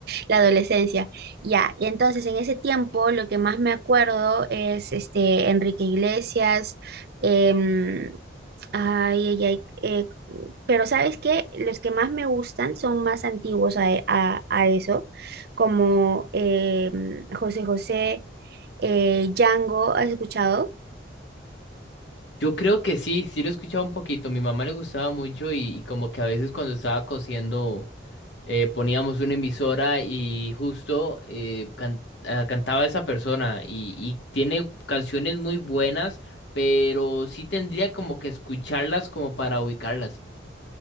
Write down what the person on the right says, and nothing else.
la adolescencia. Ya, y entonces en ese tiempo lo que más me acuerdo es este Enrique Iglesias, em, ay, ay, ay, eh, pero ¿sabes qué? Los que más me gustan son más antiguos a, e, a- a eso, como em, José José, eh, Django, ¿has escuchado?